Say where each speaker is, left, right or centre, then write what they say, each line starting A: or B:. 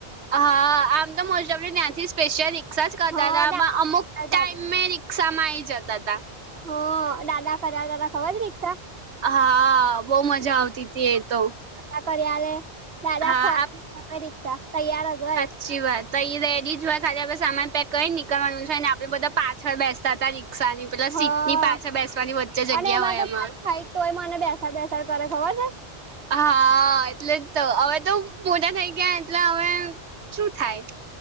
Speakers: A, on the right; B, on the right.
A: હા. આમ તો મોસ્ટઓફલી ન્યાંથી સ્પેશિયલ રિક્ષા જ કરતા
B: હા
A: તા, પણ અમુક
B: દાદા
A: ટાઈમે
B: દાદા
A: રિક ક્ષામાં આઈ જતા તા.
B: હા. દાદા કરાવતા તા ખબર છે રિક્ષા?
A: હા. બહુ મજા આવતી તી એ તો.
B: આ કરી આલે, દાદા
A: હા
B: <inaudible> રિક્ષા <unintelligible>
A: હાચી વાત. તો ઈ રેડી જ હોય, ખાલી આપણે સામાન પેક કરીન નીકળવાનું છે, ને આપણે બધા પાછળ બેસતા તાં રિક્ષાની. પહેલા
B: હા
A: સીટની પાછા બેસવાની વચ્ચે જગ્યા
B: અને
A: હોય
B: તો
A: એમાં.
B: મારી હાઈટ તોય મને બેસાડ-બેસાડ કરે. ખબર છે?
A: હા. એટલે જ તો. હવે તો મોટા થઈ ગયા, એટલે હવે શું થાય?